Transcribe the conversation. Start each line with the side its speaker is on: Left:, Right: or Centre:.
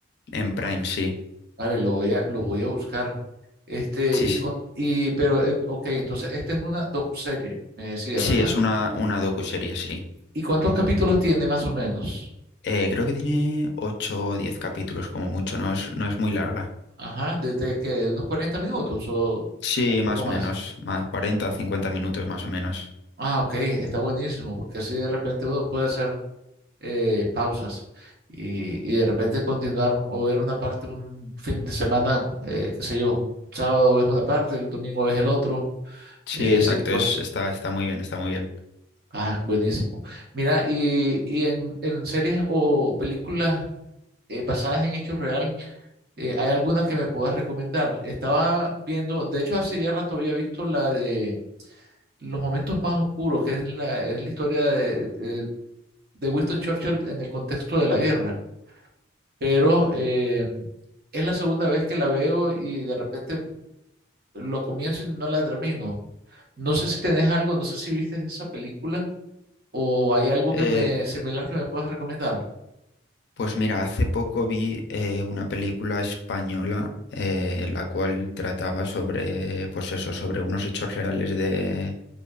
Left: En Prime, sí.
Right: Vale, lo voy a, lo voy a buscar. Este,
Left: Sí,
Right: y
Left: sí.
Right: con, y, pero, eh, ok, entonces esta es una docuserie, me decía,
Left: Sí,
Right: ¿verdad?
Left: es una, una docuserie, sí.
Right: ¿Y cuántos capítulos tiene más o menos?
Left: Eh, creo que tiene 8 o 10 capítulos como mucho, no es, no es muy larga.
Right: Ajá, de, de, qué, de unos 40 minutos o
Left: Sí,
Right: un poco
Left: más
Right: más.
Left: o menos, más 40 o 50 minutos más o menos.
Right: Ah, ok, está buenísimo, porque así de repente uno puede hacer eh, pausas y, y de repente continuar o ver una parte un fin de semana, eh, qué sé yo, un sábado ves una parte, el domingo ves el otro
Left: Sí,
Right: Es
Left: exacto,
Right: importante.
Left: es, está, está muy bien, está muy bien.
Right: Ah, buenísimo. Mira, y, y en, en series o películas eh, basadas en hechos real, eh, ¿hay alguna que me puedas recomendar? Estaba viendo, de hecho hace ya rato había visto la de Los momentos más oscuros, que es la, es la historia de, de- de Winston Churchill en el contexto de la guerra, pero eh, es la segunda vez que la veo y de repente lo comienzo y no la termino. No sé si tenés algo, no sé si viste esa película. o hay algo
Left: Eh,
Right: que me similar que me puedas recomendar,
Left: Pues mira, hace poco vi eh, una película española eh, la cual trataba sobre, pues eso, sobre unos hechos reales de,